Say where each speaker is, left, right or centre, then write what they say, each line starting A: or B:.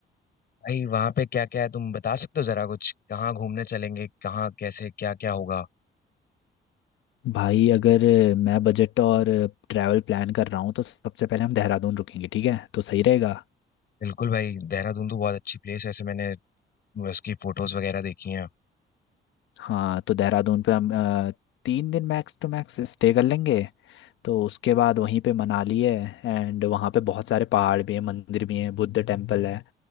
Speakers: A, on the left; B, on the left.
A: भाई वहाँ पे क्या क्या है तुम बता सकते हो जरा कुछ कहाँ घूमने चलेंगे कहाँ कैसे क्या क्या होगा
B: भाई अगर मैं बजट और ट्रैवल प्लान कर रहा हूँ तो सबसे पहले हम देहरादून रुकेंगे ठीक है तो सही रहेगा
A: बिल्कुल भाई देहरादून तो बहुत अच्छी प्लेस है ऐसे मैंने उसकी फोटोज वगैरह देखी हैं
B: हाँ तो देहरादून पे हम अ, तीन दिन मैक्स टू मैक्स स्टे कर लेंगे तो उसके बाद वहीं पे मनाली है एंड वहाँ पे बहुत सारे पहाड़ भी हैं मंदिर भी हैं बुद्ध टेम्पल है